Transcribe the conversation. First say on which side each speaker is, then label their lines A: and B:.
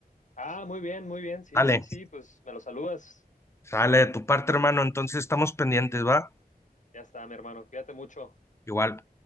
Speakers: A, on the left; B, on the left.
A: Ah, muy bien, muy bien, sí,
B: Dale,
A: sí, sí, pues me lo saludas,
B: sale de tu parte, hermano. Entonces estamos pendientes, ¿va?
A: ya está, mi hermano, cuídate mucho.
B: Igual.